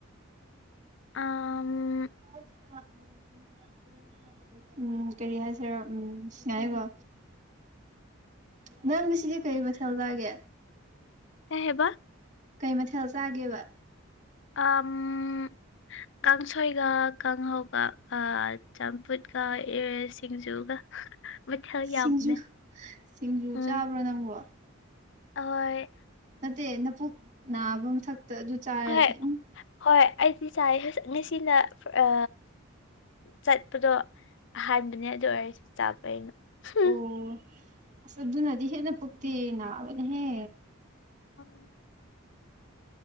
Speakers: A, on the left; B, on the right.
A: ꯑꯝ
B: <inaudible> ꯎꯝ ꯀꯔꯤ ꯍꯥꯏꯁꯦꯔ ꯎꯝ ꯉꯥꯏꯌꯣꯀꯣ ꯅꯪ ꯉꯁꯤꯒꯤ ꯀꯩ ꯃꯊꯦꯜ ꯆꯥꯒꯦ
A: ꯀꯩ ꯍꯥꯏꯕ
B: ꯀꯩ ꯃꯊꯦꯜ ꯆꯥꯒꯦꯕ
A: ꯑꯝ ꯀꯥꯡꯁꯣꯏꯒ ꯀꯥꯡꯍꯧꯒ ꯑ ꯆꯝꯐꯨꯠꯀ <unintelligible> ꯁꯤꯡꯖꯨꯒ ꯃꯊꯦꯜ
B: ꯁꯤꯡꯖꯨ
A: ꯌꯥꯝꯕꯅꯦ
B: ꯁꯤꯡꯖꯨ
A: ꯎꯝ
B: ꯆꯥꯕ꯭ꯔꯣ ꯅꯪꯕꯣ
A: ꯍꯣꯏ
B: ꯅꯠꯇꯦ ꯅꯄꯨꯨꯛ ꯅꯥꯕ ꯃꯊꯛꯇ ꯑꯗꯨ ꯆꯥꯔꯗꯤ
A: ꯍꯣꯏ
B: ꯎꯝ
A: ꯍꯣꯏ ꯑꯩꯗꯤ ꯆꯥꯏ ꯉꯁꯤꯅ <unintelligible> ꯑ ꯆꯠꯄꯗꯣ ꯍꯥꯏꯕꯅꯦ ꯑꯗꯨ ꯑꯣꯏꯔꯁꯨ ꯆꯥꯕ ꯑꯩꯅ ꯍꯨꯝ
B: ꯑꯣ ꯑꯁ ꯑꯗꯨꯅꯗꯤ ꯍꯦꯟꯅ ꯄꯨꯛꯇꯤ ꯅꯥꯕꯅꯦꯍꯦ
A: <unintelligible>